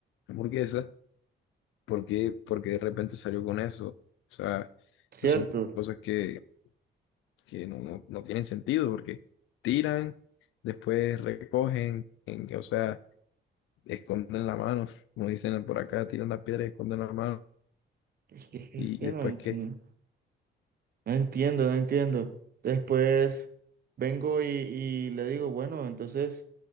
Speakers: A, on the left (about 85°); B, on the right (about 50°).
A: hamburguesa, ¿Por qué, por qué de repente salió con eso? O sea,
B: cierto.
A: esas son cosas que, que no, no- no tienen sentido porque tiran, después recogen, en- o sea, esconden la mano, como dicen por acá, tiran la piedra y esconden la mano.
B: Es que, es
A: ¿Y,
B: que
A: y después
B: no entiendo.
A: qué?
B: No entiendo, no entiendo. Después vengo y, y le digo, bueno, entonces,